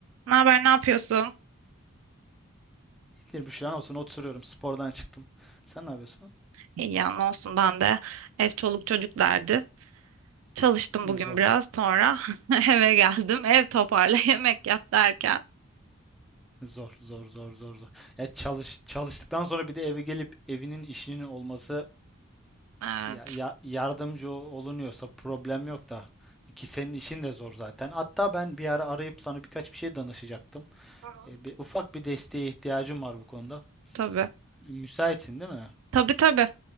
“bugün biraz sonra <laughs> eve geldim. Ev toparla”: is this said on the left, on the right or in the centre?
Right